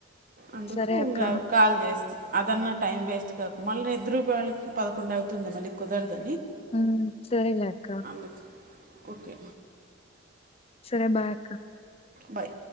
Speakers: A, on the right (about 40°); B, on the left (about 30°).
A: అందుకు
B: సరే
A: ఉంగ
B: అక్క.
A: కాల్స్ అదన్నా టైం వేస్ట్ కాక మళ్ళీ నిద్రూపోయళ్ళకి పదకొండు అవుతుంది మళ్ళీ కుదరదు
B: ఉమ్ సరలే అక్క
A: అందుకు ఓకే
B: సరే బాయ్ అక్క
A: బాయ్